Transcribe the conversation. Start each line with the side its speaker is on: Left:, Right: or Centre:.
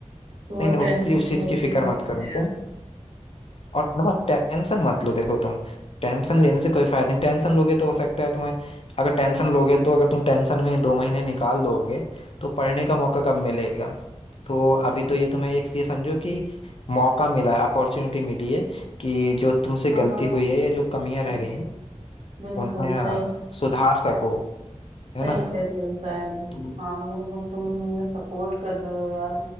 Left: नहीं
Right: बहुत
Left: नहीं
Right: टेंशन
Left: उसकी उस चीज
Right: हो रही
Left: की फिक्र
Right: है मुझे
Left: मत करो तुम
Right: अब
Left: और ना टेंशन मत लो देखो तुम टेंशन लेने से कोई फायदा नहीं टेंशन लोगे तो हो सकता है तुम्हें अगर टेंशन लोगे तो अगर तुम टेंशन में दो महीने निकाल दोगे तो पढ़ने का मौका कब मिलेगा तो अभी तो ये तुम्हें एक ये समझो कि मौका मिला है अपॉर्चुनिटी मिली है कि जो तुमसे
Right: हाँ
Left: गलती
Right: हाँ बिल्कुल
Left: हुई है या जो कमियां
Right: बिल्कुल
Left: रह गई हैं
Right: बिल्कुल
Left: उन्हें
Right: सही
Left: हाँ सुधार
Right: सही,
Left: सको
Right: सही
Left: है ना
Right: कह रहे हो शायद
Left: तो
Right: हाँ बिल्कुल तुम मुझे सपोर्ट कर रहे हो यार